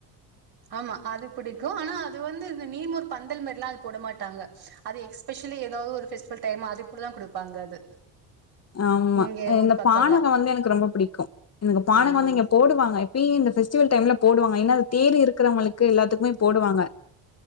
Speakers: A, on the right; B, on the left.
A: ஆமா அது புடிக்கும் ஆனா அது வந்து இந்த நீர்மோர் பந்தல் மாரில்லா அது போட மாட்டாங்க அது எக்ஸ்பெஷலி ஏதாவது ஒரு பெஸ்டிவல் டைம் அது கூடதா குடுப்பாங்க அது
B: ஆமா
A: இங்க ஊர்
B: இந்த
A: பக்கம்லாம்.
B: பானகம் வந்து எனக்கு ரொம்ப பிடிக்கும் இங்க பானகம்
A: ம்.
B: வந்து இங்க போடுவாங்க மே இந்த பெஸ்டிவல் டைம்ல போடுவாங்க ஏன்ன தேர் இருக்குறவங்களுக்கு எல்லாத்துக்குமே போடுவாங்க